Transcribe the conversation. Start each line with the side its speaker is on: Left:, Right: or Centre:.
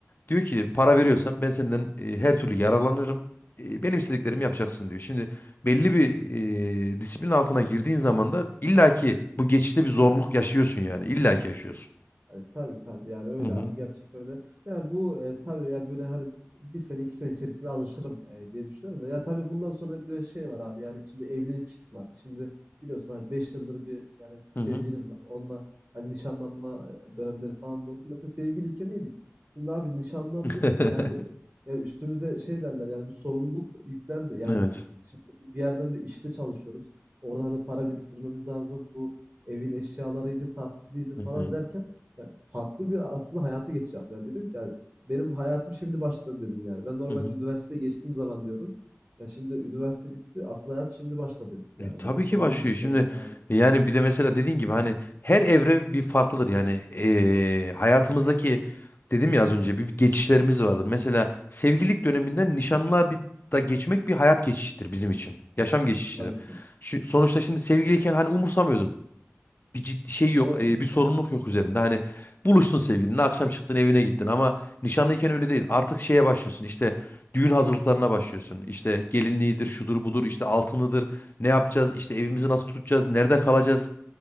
Left: Diyor ki para veriyorsan ben senden e, her türlü yararlanırım. E, benim istediklerimi
Right: Doğru.
Left: yapacaksın diyor. Şimdi belli bir e, disiplin altına girdiğin zaman da illaki bu geçişte bir zorluk yaşıyorsun yani. illaki yaşıyorsun.
Right: Tabi tabii tabii yani öyle
Left: Hı hı.
Right: abi gerçekten öyle. Ya bu e, tabii ya böyle hani bir sene iki sene içerisinde alışırım e, diye düşünüyorum. da. Ya tabii bundan sonra da bir de şey var abi yani şimdi evlilik var. Şimdi biliyorsun abi 5 yıldır bir yani sevgilim
Left: Hı hı.
Right: var. Onunla hani nişanlanma e, dönemleri falan da oldu. Mesela sevgiliyken iyiydik. Şimdi abi nişanlandık
Left: <laughs>
Right: yani ya üstümüze şey derler yani bir sorumluluk yüklendi. Yani
Left: Evet.
Right: şimdi bir yerden de işte çalışıyoruz. Oradan da para biriktirmemiz lazım. Bu evin eşyalarıydı, taksidiydi
Left: Hı
Right: falan
Left: hı.
Right: derken ya, farklı bir aslında hayata geçiş yaptılar. Dedim ki, hani, "Benim hayatım şimdi başladı." dedim yani. Ben normalde
Left: Hı hı.
Right: üniversiteye geçtiğim zaman diyordum. Ya, şimdi üniversite bitti, asıl hayat şimdi başladı yani
Left: E, tabii
Right: bana.
Left: ki
Right: Ben öyle
Left: başlıyor.
Right: düşünüyorum
Left: Şimdi
Right: yani abi.
Left: e, yani bir de mesela dediğin gibi hani her evre bir farklıdır. Yani e, hayatımızdaki dedim ya az önce bir, bir geçişlerimiz vardır. Mesela sevgililik döneminden nişanlığa bir da geçmek bir hayat geçişidir bizim için. Yaşam
Right: Ya
Left: geçişidir.
Right: Tabii ki.
Left: Şu, sonuçta şimdi sevgiliyken hani umursamıyordun bir ciddi şey
Right: Ya,
Left: yok,
Right: doğru.
Left: e, bir sorumluluk yok üzerinde. Hani buluştun sevgilinle, akşam çıktın evine gittin ama nişanlıyken öyle değil. Artık şeye başlıyorsun. işte düğün hazırlıklarına başlıyorsun. İşte gelinliğidir, şudur budur, işte altınıdır. Ne yapacağız? işte evimizi nasıl tutacağız? Nerede kalacağız?